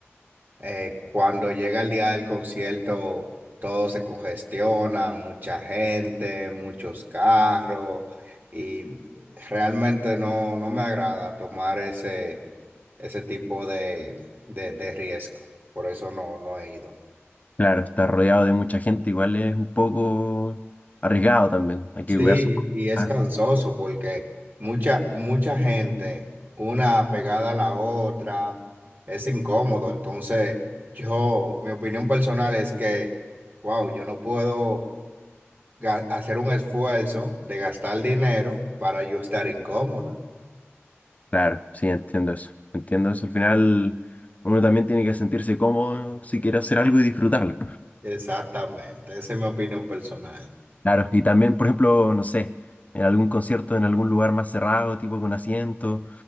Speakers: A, on the right (about 45°); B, on the left (about 35°).
A: Eh, cuando llega el día del concierto, todo se congestiona, mucha gente, muchos carros, y realmente no, no me agrada tomar ese, ese tipo de, de, de riesgo. Por eso no, no he ido.
B: claro, estar rodeado de mucha gente igual es un poco arriesgado también. Hay que
A: Sí,
B: cuidar sus cosas.
A: y es
B: Ah,
A: cansoso porque mucha, mucha gente, una pegada a la otra, es incómodo. Entonces, yo, mi opinión personal es que, wow, yo no puedo. ga- hacer un esfuerzo de gastar dinero para yo estar incómodo.
B: Claro, sí, entiendo eso. Entiendo eso. Al final, uno también tiene que sentirse cómodo si quiere hacer algo y disfrutarlo.
A: Exactamente, esa es mi opinión personal.
B: Claro, y también, por ejemplo, no sé, en algún concierto en algún lugar más cerrado, tipo con asiento,